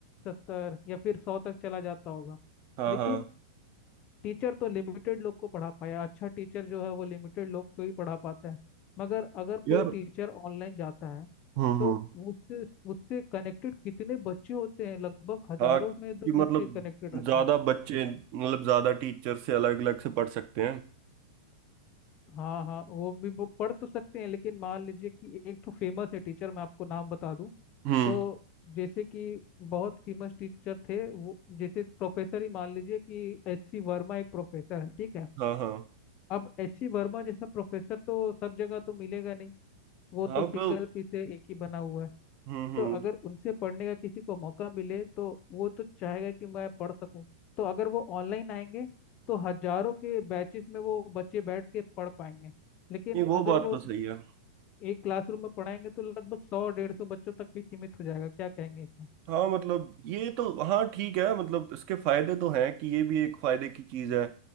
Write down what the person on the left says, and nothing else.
सत्तर या फिर सौ तक चला जाता होगा
लेकिन
टीचर तो लिमिटेड लोग को पढ़ा पाया अच्छा टीचर जो है वो लिमिटेड लोग को ही पढ़ा पाता है मगर अगर
कोई टीचर ऑनलाइन जाता है
तो
उससे उससे कनेक्टेड कितने बच्चे होते हैं लगभग हजारों
में दो
बच्चे कनेक्टेड रहते
हैं
हाँ हाँ वो भी वो पढ़ तो सकते हैं लेकिन मान लीजिए कि एक तो फेमस है टीचर मैं आपको नाम बता दूं
तो जैसे कि बहुत फेमस टीचर थे वो जैसे प्रोफेसर ही मान लीजिए कि एच सी वर्मा एक प्रोफेसर है ठीक है
अब एच सी वर्मा जैसा प्रोफेसर तो सब जगह तो मिलेगा नहीं वो
तो सिंगल
पीस है एक ही बना हुआ है
तो अगर उनसे पढ़ने का किसी को मौका मिले तो वो तो चाहेगा कि मैं पढ़ सकूं तो अगर वो ऑनलाइन आएंगे तो हजारों के बैचेस में वो बच्चे बैठ के पढ़ पाएंगे लेकिन
अगर
वो
एक क्लासरूम में पढ़ाएंगे तो लगभग सौ डेढ़ सौ बच्चों तक भी सीमित हो जाएगा क्या कहेंगे इसमें